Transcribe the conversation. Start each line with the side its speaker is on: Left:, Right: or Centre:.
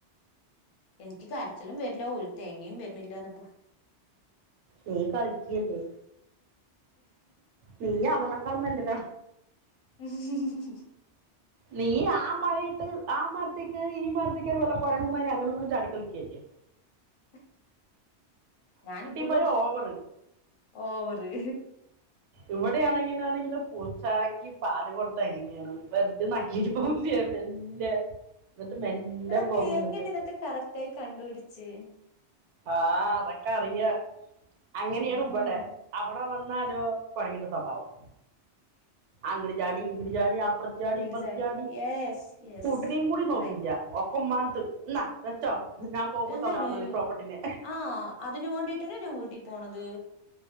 Left: എനിക്ക് കരച്ചിലും വരില്ല ഒരു തേങ്ങയും വരണില്ലാന്ന് ഇപ്പോ
Right: നീ കളിയ്ക്കയല്ലേ നീ അവളെക്കാളും മെന്റലാ
Left: <inaudible>
Right: നീ ആ <unintelligible> ആ മരത്തിക്കേറി ഈ മരത്തികേറി വല്ല കൊരങ്ങമ്മാര് അങ്ങട്ടു ഇങ്ങട്ടു ചാടികളിക്കല്ലേ
Left: <inaudible> ഞാനിപ്പോഴും
Right: പോയ ഓവർ
Left: ഓഹ് വറി
Right: ഇവടെയാണെങ്കിനാണെങ്കിലോ പൂച്ചാക്കി പാൽകൊട്ത്ത് എങ്ങനെയാണ് വെർതെ നക്കീട്ട് പോവില്ലേ എമെല്ല ഇന്നട്ട് മെല്ലെ
Left: നിങ്ങളൊക്കെ
Right: പോകുന്നട്ട്.
Left: എങ്ങനെ ഇതൊക്കെ കറക്റ്റ് ആയി കണ്ടുപിടിച്ച്
Right: ആഹ് അതൊക്കറിയ അങ്ങനെണ്
Left: ഉം
Right: ഇബടെ അബടെ വ ന്നാലോ കൊരങ്ങന്റെ സ്വഭാവം. അങ്ങട് ചാടി ഇങ്ങട് ചാടി അപ്രത്ത് ചാടി
Left: ഇങ്ങട്
Right: ഇപ്രത്ത് ചാടി
Left: യെസ് യെസ്
Right: കുട്ടിനിം കൂടി
Left: കറക്റ്റ്
Right: നോക്കില്ല്യാ ഒ ക്കൊമ്മാൻത്ത് ഇന്നാവെച്ചോ ഞാം പോവുമ്പോ
Left: എന്താണ്
Right: തന്നാ മതി. പ്രോപ്പർട്ടിനെ
Left: ആഹ് അതിന് വേണ്ടിട്ടെന്നെ ഞാം വീട്ടി പോണത്.